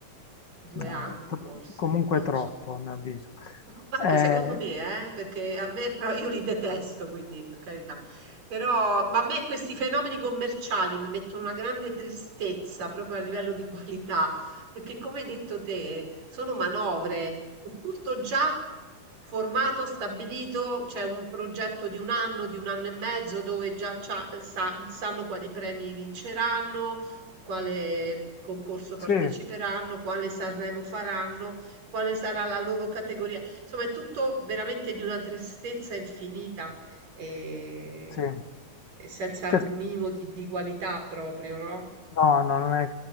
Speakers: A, on the right; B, on the left.
A: Due
B: Eh,
A: anni,
B: tro-
A: forse,
B: comunque
A: non lo
B: troppo,
A: so.
B: a mio avviso.
A: Ma anche
B: Eh,
A: secondo me, eh, perché a me però io li detesto, quindi per carità. Però ma a me questi fenomeni commerciali mi mettono una grande tristezza proprio a livello di qualità, perché come hai detto te, sono manovre, è tutto già formato, stabilito, c'è un progetto di un anno, di un anno e mezzo dove già c'ha- sa- sanno quali premi vinceranno, quale concorso parteciperanno,
B: sì,
A: quale Sanremo faranno, quale sarà la loro categoria. Insomma, è tutto veramente di una tristezza infinita e,
B: sì.
A: e senza
B: Cioè,
A: un minimo di, di qualità proprio, no?
B: No, no, non è...